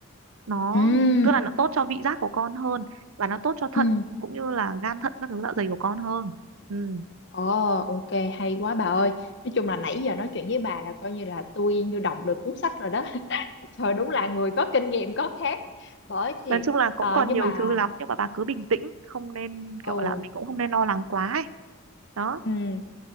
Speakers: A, on the right; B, on the left.
A: nó
B: ừ
A: tức là nó tốt cho vị giác của con hơn và nó tốt cho thận
B: ừ
A: cũng như là gan thận các thứ dạ dày của con hơn ừ.
B: ờ ok hay quá bà ơi nói chung là nãy giờ nói chuyện với bà là coi như là tôi như đọc được cuốn sách rồi đó <laughs> trời đúng là người có kinh nghiệm có khác bởi thiệt
A: nói chung là cũng
B: ờ,
A: còn
B: nhưng
A: nhiều
B: mà
A: thứ lắm nhưng mà bà cứ bình tĩnh không nên kiểu
B: ừ
A: là mình cũng không nên lo lắng quá ấy. đó
B: Ừ.